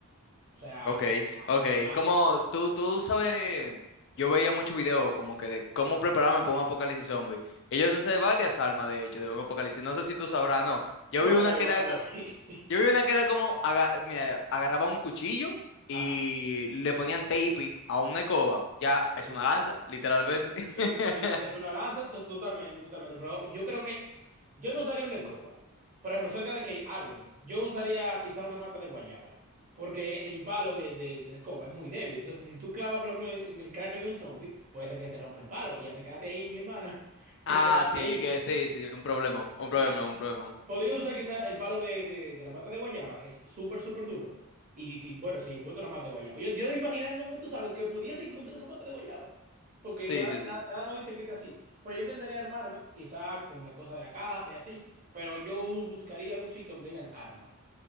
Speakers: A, on the right; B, on the left.
A: O sea,
B: Ok,
A: a- a-
B: ok.
A: armarme.
B: Como tú, tú sabes, yo veía muchos videos como que de cómo prepararme para un apocalipsis zombie. Ellos hacen varias armas, de hecho, de un apocalipsis. No sé si tú sabrás, no. Yo
A: No,
B: vi
A: o-
B: una que era,
A: o- <laughs>
B: yo vi una que era como, aga- mira, agarraba un cuchillo y
A: Ajá,
B: le ponían tape a una escoba. Ya, es
A: sí.
B: una lanza, literalmente. <laughs>
A: Sí, sí, es una lanza, es totalmente, totalmente. Pero yo creo que yo no usaría una escoba. Por ejemplo, cerca de que hay árboles, yo usaría quizá una mata de guayaba. Porque el palo de, de- de la escoba es muy débil. Entonces, si tú clavas, por ejemplo, en en el cráneo de un zombie, puede ser que se te rompa el palo y ya te quedaste ahí, mi hermana. <laughs>
B: Ah,
A: Te quedaste
B: sí,
A: ahí.
B: que sí, sí, un problema, un
A: Ya,
B: problema, un problema.
A: Podría usar quizá el palo de, de- de la mata de guayaba, que es súper, súper duro. Y, y, bueno, si encuentro una mata de guayaba. Yo, yo imaginándome, tú sabes, que pudiese encontrar una mata de guayaba. Porque
B: Sí,
A: no, nada,
B: sí, sí.
A: nada nos dice que esté así. Pero yo intentaría armarme, quizá con la cosa de la casa y así. Pero yo buscaría algún sitio donde digan armas.